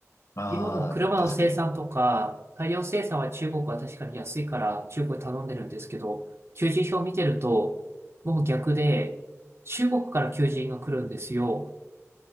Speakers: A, on the left; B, on the right.
A: あ、
B: 今も車の生産とか、
A: 確かに。
B: 大量生産は中国は確かに安いから中国に頼んでるんですけど、求人票を見てると、もう逆で、中国から求人が来るんですよ。